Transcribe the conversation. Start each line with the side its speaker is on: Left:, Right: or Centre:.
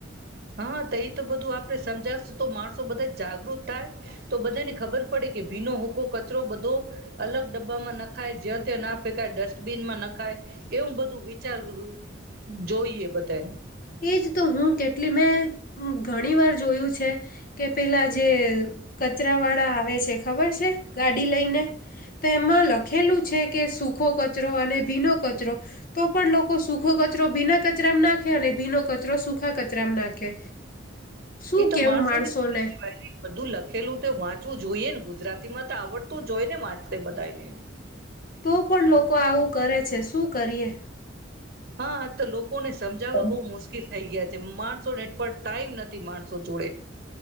Right: હા તો એ તો બધું આપડે સમજા સુ તો માણસો બધા જાગૃત થાય તો બધાને ખબર પડે કે ભીનો હુકો કચરો બધો અલગ ડબ્બામાં નાખાય. જ્યાં ત્યાં ના ફેંકાય ડસ્ટબીનમાં નાખાય એવું બધું વિચારવુ જોઈએ બધે.
Left: એજ તો હું કેટલી મેં ઘણી વાર જોયું છે કે પેલા જે કચરા વાળા આવે છે ખબર છે ગાડી લઈને તેમાં લખેલું છે કે સુૂખો કચરો અને ભીનો કચરો તો પણ લોકો સુખો ક ચરો ભીના કચરામાં નાખે અને ભીનો કચરો સુખા કચરામાં નાખે. શું
Right: એ તો
Left: કેવું
Right: માણસો
Left: માણસોને
Right: ને બધું લખેલું તો વા વાંચવું જોઈએ ને ગુજરાતી માં તો આવડતું જ હોય ને વાંચતે બધાને.
Left: તો પણ લોકો આવું કરે છે. શું કરીએ?
Right: હા તો લોક લોકોને સમજાવવા
Left: તમે
Right: બહુ મુશ્કેલ થઈ ગયા માણસો ને એ પણ ટાઈમ નથી માણસો જોડે.